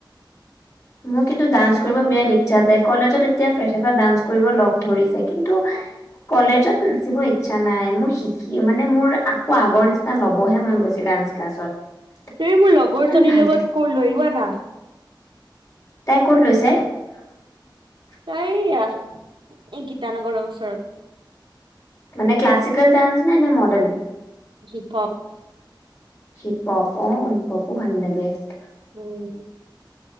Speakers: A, on the left (about 40°); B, on the right (about 75°).
A: মোৰ কিন্তু ডান্স কৰিব বিৰাট ইচ্ছা যাই কলেজত ফাষ্টপা ডান্স কৰিব লগ ধৰিছে <unintelligible> কিন্তু
B: অ
A: কলেজত নাচিব ইচ্ছা নাই মোৰ শিকি মানে মোৰ আকৌ আগৰ নিচিনা ল'বহে মন গৈছে ডান্স ক্লাছত <unintelligible>
B: তুমি মোৰ লগৰজনীৰ
A: কিমান ভাল
B: লগত ক লৈ লোৱা না <unintelligible>
A: তাই ক'ত লৈছে <unintelligible>
B: তাই য়া এই গীতানগৰৰ ওচৰত <unintelligible>
A: মানে ক্লছিকেল ডান্স নাই নে modern <unintelligible>
B: hip hop <unintelligible>
A: hip hop অ হিপ হপো ভাল লাগে <unintelligible>
B: উম